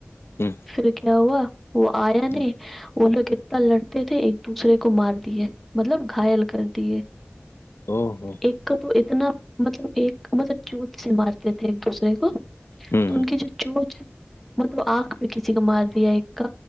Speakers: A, on the left; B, in the centre.
A: ہ
B: پھر کیا ہوا وہ آیا نہیں
A: ہ
B: وہ لوگ اتنا تھے ایک دوسرے کو مار دیے مطلب گھائل کر دیے
A: ہوں ہوں
B: ایک کا تو اتنا مطلب ایک مطلب چونچ سے مارتے تھے ایک دوسرے کو
A: ہ
B: تو
A: ہ
B: ان کی جو چوچ مطلب آنکھ پہ کسی کو مار دیا ایک کا